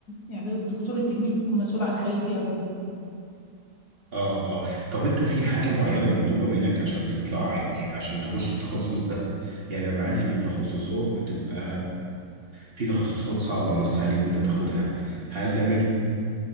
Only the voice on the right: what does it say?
اه اه طب انت في حاجة معينة مطلوبة منك عشان تطلع يعني عشان تخش التخصص ده يعني انا عارف ان التخصصات بتبقى في تخصصات صعبة مش سهل ان انت تاخدها هل ده منهم